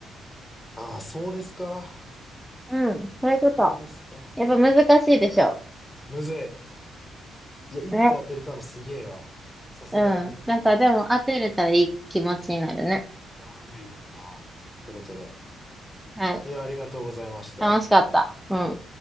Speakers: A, on the left (about 15°); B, in the centre.
A: ああー、そうですか。
B: うん。そういうこと。
A: そうですか。
B: やっぱ難しいでしょ。
A: むずい。いや、一個当てれたのすげえわ。
B: ね。
A: さすがだね。
B: うん。なんかでも当てれたらいい気持ちになるね。
A: いや、俺無理だったわ。ってことで。
B: はい。
A: え、ありがとうございました。
B: 楽しかった。うん。